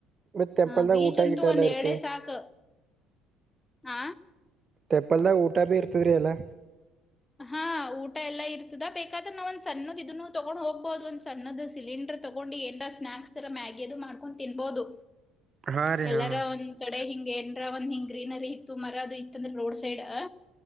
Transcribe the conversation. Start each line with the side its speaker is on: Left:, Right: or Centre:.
Right: ಮತ್ ಟೆಂಪಲ್ದಾಗ
Left: ಹ ಬೀಚ್
Right: ಊಟ
Left: ಅಂತೂ
Right: ಗಿಟ
Left: ಒಂದ್
Right: ಎಲ್ಲಾ ಇರ್ತದೆ
Left: ಎರಡೆ ಸಾಕ್ ಆ
Right: ತೆಪ್ಪಲ್ದಾಗ ಊಟ ಬಿ ಇರ್ತದರಿ ಅಲ್ಲಾ
Left: ಹಾ ಊಟ ಎಲ್ಲಾ ಇರ್ತದ ಬೇಕಾದ್ರೆ ನಾವ ಒಂದ ಸಣ್ಣದ್ ಇದನ್ನು ತೊಗೊಂಡ್ ಹೋಗ್ಬಹುದು ಒಂದ್ ಸಣ್ಣದ ಸಿಲಿಂಡ್ರ ತಗೊಂಡಿ ಎ ಸ್ನಾಯಕ್ಸ್ ತರ ಮ್ಯ ಅದು ಮಾಡ್ಕೊಂಡ್ ತಿನ್ಬಹದು
Right: ಹಾ ರೀ
Left: ಎಲ್ಲಾರ
Right: ಹಾ
Left: ಒಂದ್ ಕಡೆ ಹಿಂಗಗೆ ಏನ್ರ ಒಂದ್ ಹಿಂಗ್ ಗ್ರೀನರಿ ಇತ್ತು ಮರ ಅದು ಇತ್ತಂದ್ರೆ ರೋಡ್ ಸೈಡ್ ಅ